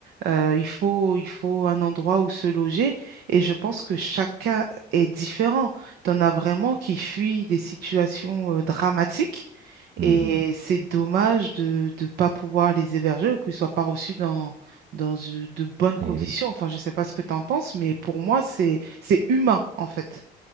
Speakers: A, on the right; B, on the right.
A: euh, il faut, il faut un endroit où se loger et je pense que chacun est différent. T'en as vraiment qui fuient des situations euh, dramatiques
B: Mhm.
A: et c'est dommage de ne pas pouvoir les héberger ou qu'ils soient pas reçus dans, dans de de bonnes
B: Eh
A: conditions.
B: oui.
A: Enfin, je sais pas ce que t'en penses, mais pour moi, c'est, c'est humain en fait.